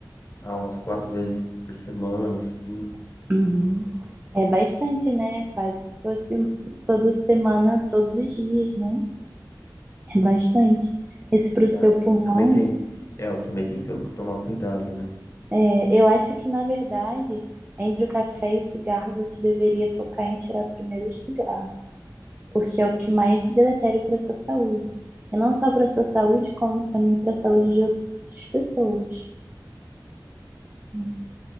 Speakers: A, on the left; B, on the right.
A: há umas quatro vezes por semana, cinco.
B: Uhum. É bastante, né? Quase que fosse toda semana, todos os dias, né? É bastante. Isso para o
A: Cara,
B: seu pulmão,
A: Também tem, é, eu também tem que tomar cuidado, né?
B: é, eu acho que, na verdade, entre o café e o cigarro, você deveria focar em tirar primeiro o cigarro. porque é o que mais deletério para a sua saúde. E não só para a sua saúde, como também para a saúde de outras pessoas. né?